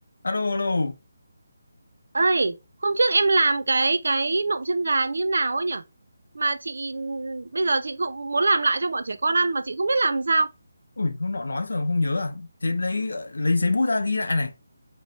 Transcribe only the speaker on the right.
ơi hôm trước em làm cái cái nộm chân gà như thế nào ấy nhở mà chị bây giờ chị cũng muốn làm lại cho bọn trẻ con ăn mà chị không biết làm sao